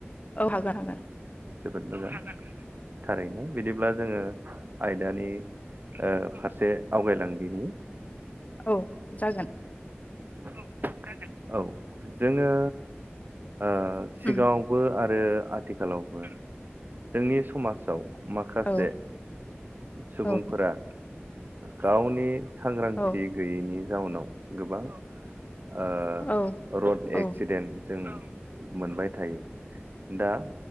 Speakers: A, on the left; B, on the right.
A: औ हागोन हागोन
B: जोबोद मोजां थारैनो बिदिब्ला जोङो आयदानि फारसे आवगायलांदिनि
A: औ जागोन
B: <unintelligible> औ जोङो आ सिगाङावबो
A: उम
B: आरो आथि आथिखालावबो जोंनि समाजाव माखासे
A: औ
B: सुबुंफोरा
A: औ
B: गावनि सांग्रांथि
A: औ
B: गैयैनि जाउनाव गोबां आ
A: औ
B: र'ड एक्सिडेन्ट
A: औ
B: जों मोनबाय थायो दा